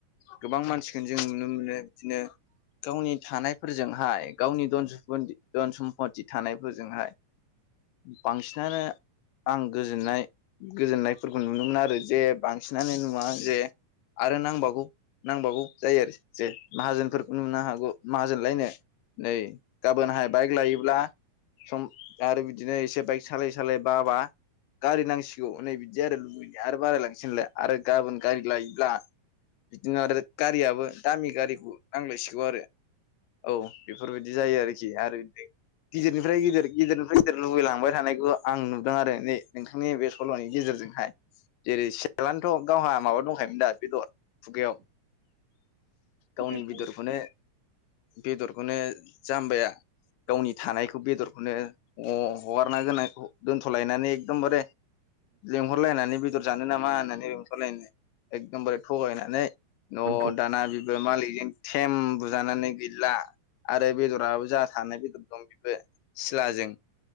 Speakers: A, on the left; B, on the right.
A: गोबां मानसिखोनो जों नुनो मोनो <unintelligible> दिनो गावनि थानायफोरजोंहाय गावनि दन <unintelligible> सम्पथि थानायफोरजोंहाय बांसिनानो आं गोजोननाय गोजोननायफोरखौ नुनो मोना आरो जे बांसिनानो नुवा जे आरो नांबावगौ नांबावगौ जायो आरोख <unintelligible> जे माहाजोनफोरखौ नुनो हागौ माहाजोन लायनो नै गाबोनहाय बाइक लायोब्ला सम आरो बिदिनो एसे बाइक सालाय सालाय बाबा गारि नांसिगौ नै बिदि आरो लुबैनाय आरो बारायलांसैनलाय आरो गाबोन गारि लायोब्ला बिदिनो आरो गारियाबो दामि गारिखौ नांलायसिगौ आरो। औ बेफोरबायदि जायो आरोखि आरो <unintelligible> गिदिरनिफ्राय इदिर गिदिरनिफ्राय <unintelligible> लुबैलांबाय थानायखौ आं नुदों आरो नै नोंथांनि बे सल'नि गेजेरजोंहाय जेरै से <unintelligible> गावहा माबा दंखायोमोन दा बेदर खुगायाव
B: औ
A: गावनि
B: नंगौ
A: बेदरखौनो बेदरखौनो जामबाया गावनि थानायखौ बेदरखौनो अ हगारना गोनांखौ दोन्थ'लायनानै एकदमबारे लिंहरलायनानै बेदर जानो नामा होननानै लिंहरलायनो एकदमबारे थगायनानै न'
B: औ
A: दाना बेबो मालिकजों थेम बुजानानै गैला आरो बेदराबो जा थानाय बेदर दं बेबो सिलाजों